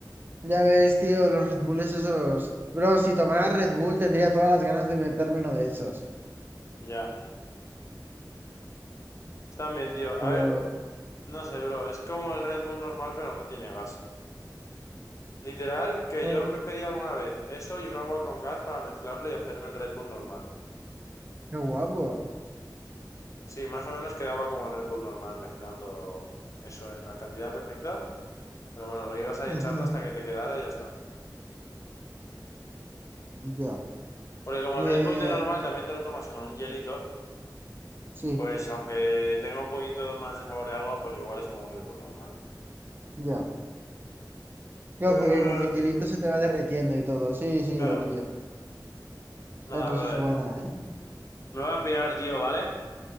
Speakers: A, on the right (about 30°); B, on the left (about 45°).
A: Ya ves, tío, los Red Bulls esos. Bro, si tomara Red Bull tendría todas las ganas de meterme uno de esos.
B: Ya. Están bien, tío.
A: Pero,
B: A ver, no sé, bro. Es como el Red Bull normal, pero no tiene gas. Literal, que
A: bueno,
B: yo me pedí alguna vez eso y un agua con gas para mezclarlo y hacerme el Red Bull normal.
A: qué guapo.
B: Sí, más o menos quedaba como el Red Bull normal, mezclando eso en la cantidad perfecta. Pero bueno, lo ibas ahí
A: Ujú,
B: echando hasta que te quedara y ya está.
A: Ya.
B: Porque como
A: Me.
B: el Red Bull de normal también te lo tomas con un hielito,
A: Sí,
B: pues aunque tenga un poquito más de sabor de agua, pues igual es como un Red Bull normal.
A: ya. Claro,
B: Pero
A: porque
B: bueno,
A: como que el
B: tío.
A: hielito se te va derritiendo y todo. Sí, sí,
B: Claro,
A: lo pillo.
B: nada,
A: Eh, pues
B: brother.
A: es buena, ¿eh?
B: Me voy a pirar, tío, ¿vale?